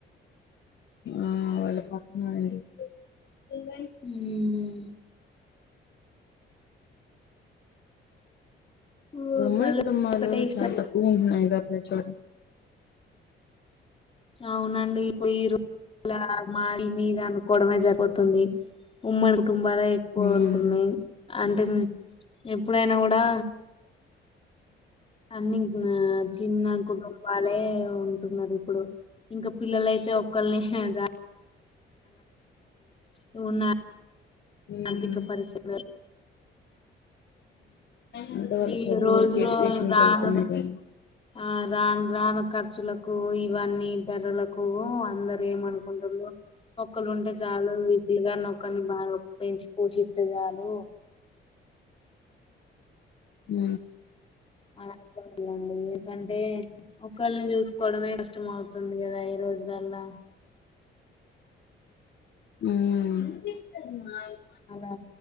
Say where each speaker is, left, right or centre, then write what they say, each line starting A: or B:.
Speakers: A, on the left; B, on the left.
A: ఆ వాళ పక్కన్నారండి ఇవ
B: మ్మ్. ఓ,
A: ఉమ్మడి
B: మళ్ళీ
A: కుటుంబాలు
B: ఒకటే ఇష్టం
A: చాలా తక్కువ ఉంటున్నాయి. <unintelligible> చ
B: అవునండి ఇప్పు ఈ రోజుల మఈ మీ ఈ అనుకోవడమే జరుంది పోతుంది ఉమ్మడి కుటుంబాలే ఎక్కువ
A: ఉమ్
B: ఉంటున్నాయి అంటే ఎప్పుడైనా కూడా అన్ని చిన్న కుటంపా ఉంటున్నారు ఇప్పుడు ఇంకా పిల్లలయితే త ఒకలని హజ నువున్నా
A: ఉమ్
B: ఆర్థిక పరిస్థిత
A: అంటే వాళ్ళ
B: ఈ
A: చదువురికి
B: రోజు రో
A: ఎడ్యుకేషన్కి
B: రాను
A: వెళ్తున్నా కానీ
B: ఆ రాను రాను ఖర్చులకు ఇవన్నీ ధరలకు ప్పువ అందరు ఏమనుకుంటన్నారు ఒక్కళ్రు ఉంటే చాలుా వి పలుగాని ఒరిని బాగా పోషిస్తే చాలు
A: ఉ
B: ఆ ఇలండి ఎందుకంటే ఒకళ్లను చు కోడమే కష్టమదు వస్తుంది కదా ఈ రోజులలా
A: మ్
B: అలా